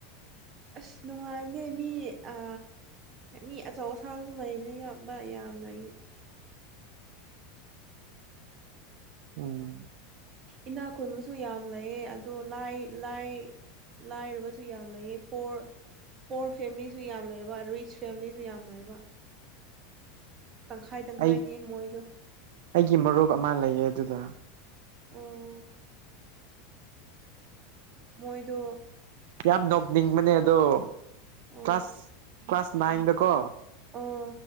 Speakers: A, on the right; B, on the right.
A: ꯑꯁ ꯅꯨꯡꯉꯥꯏꯕꯅꯦ ꯃꯤ ꯑ ꯃꯤ ꯑꯆꯧ ꯑꯁꯥꯡ ꯂꯩꯕꯅꯤꯅ ꯕ ꯌꯥꯝꯅ ꯌꯨ
B: ꯑꯪ
A: ꯏꯅꯥ ꯈꯨꯟꯕꯁꯨ ꯌꯥꯝ ꯂꯩꯌꯦ ꯑꯗꯣ ꯂꯥꯏ ꯂꯥꯏ ꯂꯥꯏꯔꯕꯁꯨ ꯌꯥꯝ ꯂꯩꯌꯦ ꯄꯣꯔ ꯄꯣꯔ ꯐꯦꯝꯂꯤꯁꯨ ꯌꯥꯝ ꯂꯩꯕ ꯔꯤꯆ ꯐꯦꯝꯂꯤꯁꯨ ꯌꯥꯝ ꯂꯩꯕ ꯇꯪꯈꯥꯏ ꯇꯪꯈꯥꯏꯅꯤ
B: ꯑꯩ
A: ꯃꯣꯏꯗꯣ
B: ꯑꯩꯒꯤ ꯃꯔꯨꯞ ꯑꯃ ꯂꯩꯌꯦ ꯑꯗꯨꯗ
A: ꯑꯣ ꯃꯣꯏꯗ
B: ꯌꯥꯝ ꯅꯣꯛꯅꯤꯡꯕꯅꯦ ꯑꯗꯣ
A: ꯑꯣ
B: ꯀ꯭ꯂꯥꯁ ꯀ꯭ꯂꯥꯁ ꯅꯥꯏꯟꯗꯀꯣ
A: ꯑꯣ